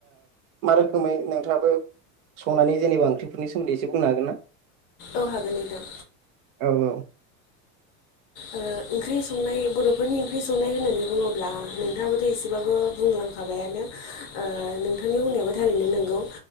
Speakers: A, on the right; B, on the left.
A: मा रोखोमै नोंथाङाबो संनानै जेनेबा ओंख्रिफोरनि सोमोन्दै एसे बुंनो हागोन ना?
B: औ हागोन नोंथां।
A: औ औ <inaudible>
B: ओ ओंख्रि संनाय बर'फोरनि ओंख्रि संनाय होननानै बुङोब्ला नोंथाङाबोथ' एसेबाबो बुंलांखाबायानो ओ नोंथांनि बुंनायाबो थारैनो नंगौ